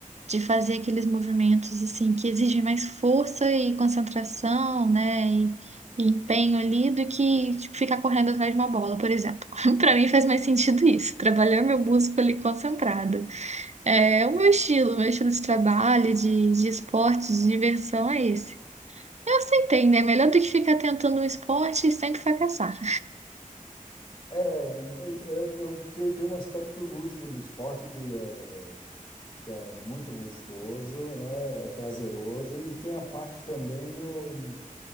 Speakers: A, on the right; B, on the left.
A: de fazer aqueles movimentos assim que exigem mais força e concentração, né? E, e empenho ali do que tipo, ficar correndo atrás de uma bola, por exemplo. <laughs> Pra mim faz mais sentido isso, trabalhar meu músculo ali concentrado. É o meu estilo, meu estilo de trabalho, de, de esporte, de diversão é esse. Eu aceitei, né? Melhor do que ficar tentando um esporte e sempre fracassar.
B: É, é, é, eu, porque tem um aspecto lúdico do esporte que é, que é muito gostoso, né? É prazeroso, e tem a parte também do